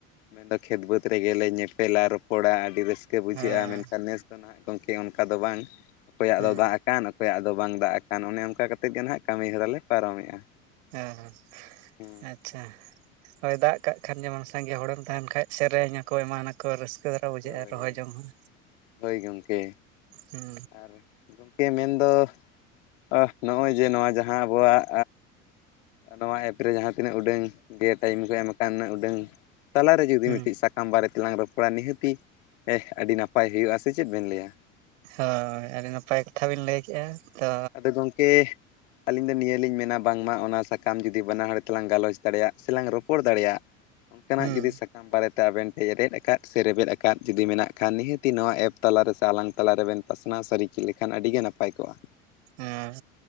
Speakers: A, on the left (about 60°); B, on the right (about 60°).
A: ᱢᱮᱱᱫᱚ ᱠᱷᱮᱛ ᱵᱟᱹᱫᱽ ᱨᱮᱜᱮᱞᱮ ᱧᱮᱯᱮᱞᱟ ᱨᱚᱯᱚᱲᱟ ᱟᱹᱰᱤ ᱨᱟᱹᱥ ᱠᱟᱹ ᱵᱩᱡᱷᱟᱹᱜᱼᱟ
B: ᱦᱮᱸ
A: ᱢᱮᱱᱠᱷᱟᱱ ᱱᱮᱥ ᱫᱚ ᱱᱟᱦᱟᱸᱜ ᱜᱚᱢᱠᱮ ᱚᱱᱠᱟ ᱫᱚ ᱵᱟᱝ ᱚᱠᱚᱭᱟᱜ
B: ᱦᱩᱸ
A: ᱫᱚ ᱫᱟᱜ ᱟᱠᱟᱱ ᱚᱠᱚᱭᱟᱜ ᱫᱚ ᱵᱟᱝ ᱫᱟᱜ ᱟᱠᱟᱱ ᱚᱱᱮ ᱚᱱᱠᱟ ᱠᱟᱛᱮᱫ ᱜᱮ ᱦᱟᱸᱜ ᱠᱟᱹᱢᱤ ᱦᱚᱨᱟᱞᱮ ᱯᱟᱨᱚᱢᱮᱜᱼᱟ᱾
B: ᱦᱮᱸ ᱦᱮᱸ ᱟᱪ
A: ᱦᱮᱸ
B: ᱟᱪᱪᱷᱟ ᱦᱳᱭ ᱫᱟᱜ ᱠᱟᱜ ᱠᱷᱟᱱ ᱡᱮᱢᱚᱱ ᱥᱟᱸᱜᱮ ᱦᱚᱲᱮᱢ ᱛᱟᱦᱮᱸᱱ ᱠᱷᱟᱡ ᱥᱮᱨᱮᱧᱟᱠᱚ ᱮᱢᱟᱱᱟᱠᱚ ᱨᱟᱹᱥᱠᱟᱹ ᱠᱟᱹ ᱵᱩᱡᱷᱟᱹᱜᱼᱟ
A: ᱦᱳᱭ
B: ᱨᱚᱦᱚᱭ ᱡᱚᱝ ᱦᱚᱸ
A: ᱦᱳᱭ ᱜᱚᱢᱠᱮ
B: ᱦᱩᱸ᱾
A: ᱟᱨ ᱜᱚᱢᱠᱮ ᱢᱮᱱᱫᱚ ᱟᱦ ᱱᱚᱸᱜᱼᱚᱭ ᱡᱮ ᱱᱚᱣᱟ ᱡᱟᱦᱟᱸ ᱟᱵᱚᱣᱟᱜ ᱱᱚᱣᱟ ᱮᱯ ᱨᱮ ᱡᱟᱦᱟᱸ ᱛᱤᱱᱟᱹᱜ ᱩᱰᱟᱹᱝ ᱜᱮ ᱴᱟᱭᱤᱢ ᱠᱚ ᱮᱢ ᱠᱟᱱ ᱩᱱᱟᱹᱜ ᱩᱰᱟᱹᱝ ᱛᱟᱞᱟᱨᱮ ᱡᱩᱫᱤ
B: ᱦᱩᱸ
A: ᱢᱤᱫᱴᱤᱡ ᱥᱟ ᱛᱟᱢ ᱵᱟᱨᱮᱛᱮᱞᱟᱝ ᱨᱚᱯᱚᱲᱟ ᱱᱤᱦᱟᱹᱛᱤ ᱦᱮᱸ ᱟᱹᱰᱤ ᱱᱟᱯᱟᱭ ᱦᱩᱭᱩᱜᱼᱟ ᱥᱮ ᱪᱮᱫ ᱵᱮᱱ ᱞᱟᱹᱭᱟ?
B: ᱦᱳᱭ ᱟᱹᱰᱤ ᱱᱟᱯᱟᱭ ᱠᱟᱛᱷᱟ ᱵᱤᱱ ᱞᱟᱹᱭ ᱠᱮᱜᱼᱟ᱾ ᱛᱚ
A: ᱟᱫᱚ ᱜᱚᱢᱠᱮ ᱟᱹᱞᱤᱧ ᱫᱚ ᱱᱤᱭᱟᱹ ᱞᱤᱧ ᱢᱮᱱᱟ ᱵᱟᱝᱢᱟ ᱚᱱᱟ ᱥᱟᱠᱟᱢ ᱡᱩᱫᱤ ᱵᱟᱱᱟ ᱦᱚᱲ ᱛᱮᱞᱟᱝ ᱜᱟᱞᱚᱪ ᱫᱟᱲᱮᱭᱟᱜ ᱥᱮ ᱞᱟᱝ ᱨᱚᱯᱚᱲ ᱫᱟᱲᱮᱭᱟᱜ ᱚᱱᱠᱟᱱᱟᱜ
B: ᱦᱩᱸ
A: ᱡᱩᱫᱤ ᱥᱟ ᱛᱟᱢ ᱵᱟᱨᱮᱛᱮ ᱟᱵᱮᱱ ᱴᱷᱮᱱ ᱨᱮᱫ ᱠᱟᱫ ᱥᱮ ᱨᱮᱵᱮᱫ ᱟᱠᱟᱫ ᱡᱩᱫᱤ ᱢᱮᱱᱟᱜ ᱠᱷᱟᱱ ᱱᱤᱦᱟᱹᱛᱤ ᱱᱚᱣᱟ ᱮᱯ ᱛᱟᱞᱟᱨᱮ ᱥᱮ ᱟᱞᱟᱝ ᱛᱟᱞᱟ ᱨᱮᱵᱮᱱ ᱯᱟᱥᱱᱟᱣ ᱥᱟᱹᱨᱤ ᱠᱮᱫ ᱞᱮᱠᱷᱟᱱ ᱟᱹᱰᱤ ᱜᱮ ᱱᱟᱯᱟᱭ ᱠᱚᱜᱼᱟ᱾
B: ᱦᱩᱸ